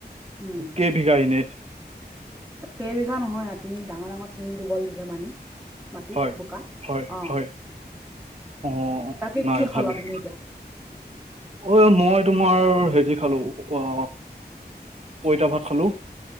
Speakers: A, in the centre; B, on the right (about 40°).
A: উম,
B: কেই বিঘা এনেই?
A: কেইবিঘা নহয়, তিনি ডাঙৰ ডাঙৰ তিনি দুবল দিছে পানী। মাটি
B: হয়
A: বোকা।
B: হয়
A: অ'
B: হয় অ
A: বাকী
B: নাই
A: কি খালা
B: ভালেই।
A: তুমি এতিয়া?
B: ঐ মই তোমাৰ হেৰি খালোঁ অ পইতা ভাত খালোঁ।